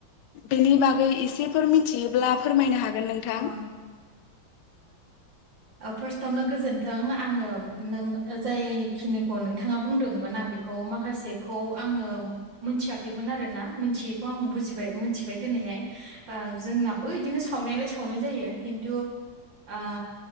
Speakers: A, on the left (about 70°); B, on the right (about 70°).
A: बेनि बागै एसेफोर मिथियोब्ला फोरमायनो हागोन नोंथां।
B: अ फार्स्टआवनो गोजोनथों आङो नों जायखिनिखौ नोंथाङा बुंदोंमोन आं बेखौ माखासेखौ आङो मोनथियाखैमोन आरोना मिथियैखौ आं बुजिबाय मोनथिबाय दिनैहाय जोंनाबो बिदिनो सावनायालाय सावनाय जायो खिन्थु ओ